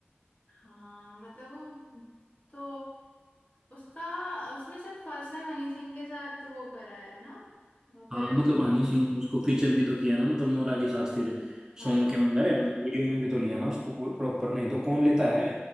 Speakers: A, on the left; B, on the right.
A: हाँ मतलब वो तो उसका उसने शायद फर्स्ट टाइम हनी सिंह के साथ वो करा है ना कोलैब
B: हाँ मतलब हनी सिंह ने उसको फीचर भी तो किया ना मतलब नोरा के साथ फिर
A: हाँ
B: सॉन्ग के अंदर है मतलब वीडियो में भी तो लिया ना उसको प्रॉपर नहीं तो कौन लेता है